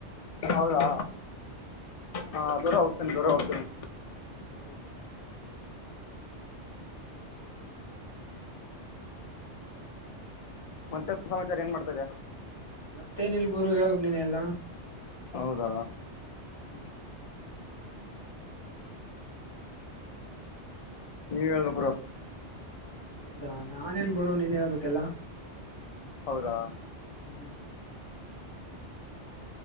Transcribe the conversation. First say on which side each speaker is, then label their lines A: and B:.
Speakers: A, on the left (about 60°); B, on the left (about 25°).
A: ಹೌದಾ ಹಾ ದೂರ ಹೋಗ್ತೇನೆ ದೂರ ಹೋಗ್ತೇನೆ
B: ಹ್ಮ್ ಹೋಗು
A: ಮತ್ತೆ ಏನ್ ಸಮಾಚಾರ ಏನ್ ಮಾಡ್ತದೆ
B: ಮತ್ತೇನಲ್ ಗುರು ಹೇಳ್ಬಕ್ ನೀನೆ ಎಲ್ಲಾ
A: ಹೌದಾ
B: ಹ್ಮ್
A: <inaudible> ನೀವ್ ಹೇಳ್ಬೇಕ ಗುರು
B: ಹೌದಾ ನಾನ ಎನ ಗುರು ನೀನ್ ಹೇಳ್ಬೇಕಲ್ಲ
A: ಹೌದಾ
B: ಹ್ಮ್